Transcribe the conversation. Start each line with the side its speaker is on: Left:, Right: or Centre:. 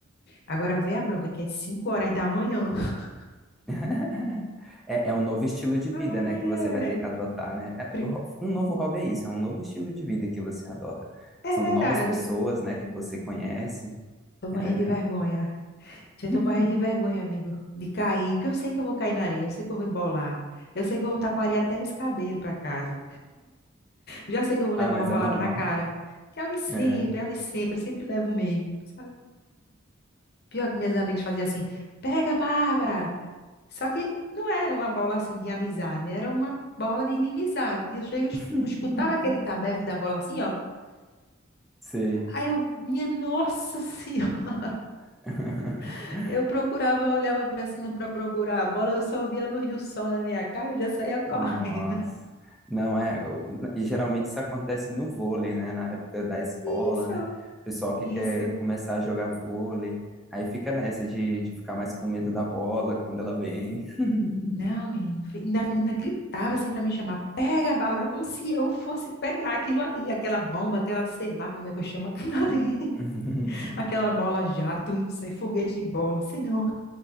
Left: Agora vê a bronca, que é 5 horas da manhã. <laughs>
Centre: <laughs> É, é um novo estilo de vida,
Left: Ai,
Centre: né, que você
Left: ai.
Centre: vai ter que adotar, né? É,
Left: Pri-
Centre: o ho- um novo hobby é isso, é um novo estilo de vida que você adota.
Left: É
Centre: São
Left: verdade.
Centre: novas pessoas, né, que você conhece.
Left: Tô morrendo
Centre: é.
Left: de vergonha. Já
Centre: <laughs>
Left: tô morrendo de vergonha, amigo, de cair. Porque eu sei que eu vou cair na areia, eu sei que eu vou embolar. Eu sei que eu vou estar com a areia até nos cabelos pra casa. Já sei que eu vou
Centre: Ah,
Left: levar
Centre: mas
Left: uma bolada
Centre: é normal,
Left: na cara. Que é o de sempre,
Centre: né?
Left: é o de sempre, eu sempre levo mesmo, sabe? Pior que minhas amigas faziam assim, pega, Bárbara! Só que não era uma bola assim de amizade, era uma bola de inimizade. E eu chego, es-
Centre: <laughs>
Left: eu escutava aquele tabefe da bola assim, ó.
Centre: Sei.
Left: Aí eu, minha nossa senhora,
Centre: <laughs>
Left: <laughs> eu procurava, olhava pra cima pra procurar a bola, eu só via a luz do sol na minha cara, eu já saía correndo.
Centre: Nossa. Não é, eu- e geralmente isso acontece no vôlei, né? Na época da escola,
Left: Isso,
Centre: né? O pessoal que
Left: isso.
Centre: quer começar a jogar vôlei, aí fica nessa de, de ficar mais com medo da bola quando ela vem. <laughs>
Left: Não, menino, fi- ainda, ainda gritava assim para me chamar, pega, Bárbara, como se eu fosse pegar aquilo ali, aquela bomba, aquela, sei lá como é que eu chamo aquilo ali, <laughs>
Centre: <laughs>
Left: aquela bola jato, não sei, foguete de bola, sei não.